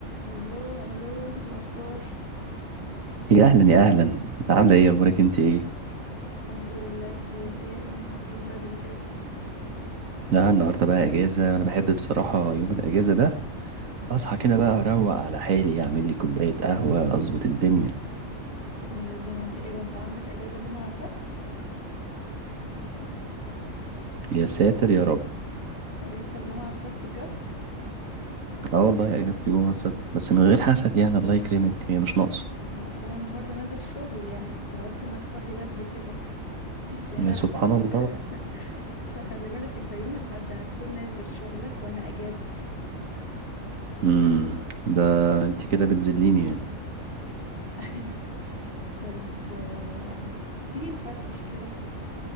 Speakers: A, on the left; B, on the right.
A: هلو هلو إيه الاخبار
B: يا اهلا يا اهلا عامله ايه اخبارك انت ايه
A: الحمد لله بخير ايه إيه اللي مصحيك بدري كده
B: لا النهارده بقى اجازه انا بحب بصراحه يوم الاجازه ده اصحى كده بقى اروق على حالي اعمل لي كوبايه قهوه اظبط الدنيا
A: يا ابن اللذينه انت ايه ده انت عندك اجازه جمعه وسبت
B: يا ساتر يا رب
A: اجازتك جمعه وسبت بجد
B: اه والله اجازتي جمعه السبت بس من غير حسد يعني الله يكرمك هي مش ناقصه
A: ما اصل انا النهارده نازله الشغل يعني فاستغربت انك صاحي بدري كده ماشي
B: يا
A: انا اجازتي
B: سبحان الله
A: <laughs> بس خلي بالك انت يوم الاحد هتكون نازل شغلك وانا اجازه
B: امم ده انت كده بتذليني يعني
A: <laughs> ايوه طيب آه، ما تيجي نفرفش كده